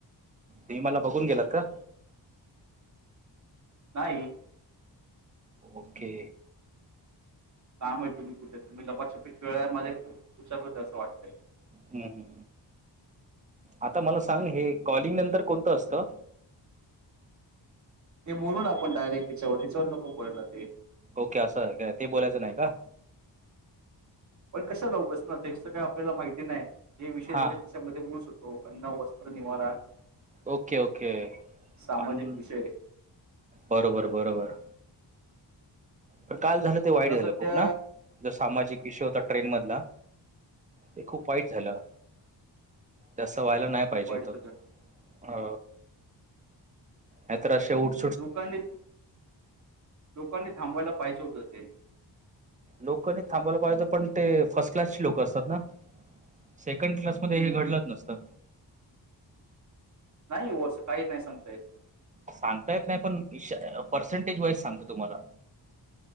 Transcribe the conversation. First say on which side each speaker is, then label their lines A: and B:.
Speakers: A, on the right; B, on the right.
A: तेु मला बघून गेलात का?
B: नाही.
A: ओके.
B: काम मा होतो मी कुठे तु मी ल मच्या पिठळ्यामध्ये खूप पुशक होते असं वाटतंय.
A: हम् ह आता मला सांग हे कॉलिंग नंतर कोणतं असतं.
B: ते बोलून आपण डायरेक्ट तिच्यावर त्याच्यावर नको बोला ते
A: ओके असं आहे काय ते बोलायचं नाही का?
B: पण कशा जाऊ बसणार त्यास काय आपल्याला माहिती नाही ज विषय
A: हा
B: दिले. स होतो अन्न वस्त्र निवारा
A: ओके ओके
B: सामाजिक
A: आणि
B: विषय
A: बरोबर बरोबर. पण काल झालं ते वाईट
B: आता
A: झालं
B: सध्या
A: खूप ना ज सामाजिक विषय होता ट्रेन मधला ते खूप वाईट झालं तस व्हायला नाही
B: खूप
A: पाहिजे
B: वाईट
A: होत.
B: झालं
A: अ आ तर्रशे उठ.
B: लोकांनी लोकांनी थांबवायला पाहिजे होत हो ते
A: लोक नाही थांबावला पाहिज पण ते फर्स्ट क्लासची लोक असतात ना सेकंड क्लास
B: हं,
A: मध्ये हे घडलंच
B: हं.
A: नसतं.
B: नाही हो असं काही नाही सांगता याचं.
A: सांगता येत नाही पण पर्सेंटेज वाईज सांगत तुम्हाला?